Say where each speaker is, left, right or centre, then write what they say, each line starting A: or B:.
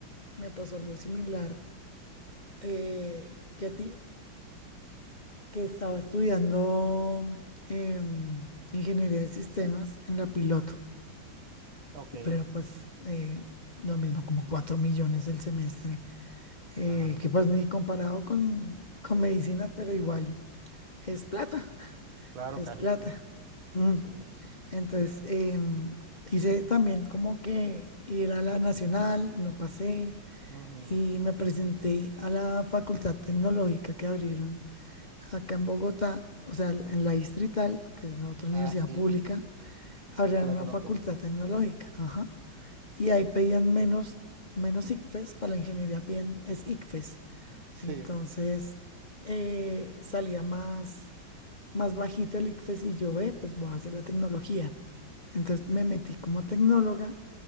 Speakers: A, on the left (about 80°); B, on the right (about 80°).
A: me pasó algo similar eh, que a ti, que estaba estudiando em, ingeniería de sistemas en la piloto,
B: ok,
A: pero pues eh, lo mismo, como 4 millones el semestre, eh,
B: claro.
A: que pues ni comparado con, con medicina, pero igual es plata, <laughs>
B: Claro,
A: es
B: carísimo.
A: plata. Mm.
B: Sí.
A: Entonces, em, hice también como que ir a la nacional, no pasé,
B: Ujú.
A: y me presenté a la facultad tecnológica que abrieron acá en Bogotá, o sea, en la Distrital, que es la otra universidad
B: Ah, sí,
A: pública, abrieron
B: sí la
A: una
B: conozco.
A: facultad tecnológica, ajá, y ahí pedían menos, menos ICFES, para la ingeniería bien es ICFES,
B: Sí,
A: entonces eh, salía más, más bajito el ICFES y yo, ve, pues voy a hacer la tecnología. Entonces me metí como tecnóloga.